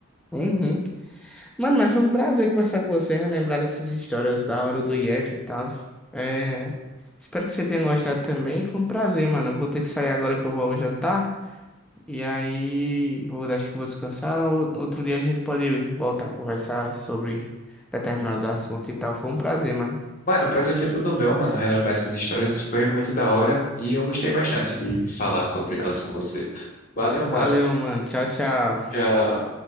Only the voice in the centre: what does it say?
Uhum. Mano, mas foi um prazer conversar com você, relembrar essas histórias da hora do IF e tal. É... Espero que você tenha gostado também. Foi um prazer, mano. Eu vou ter que sair agora que eu vou ao jantar. E aí, vou, acho que vou descansar. Ou- Outro dia a gente pode voltar a conversar sobre determinados assuntos e tal. Foi um prazer, mano.
Valeu, mano. Tchau, tchau.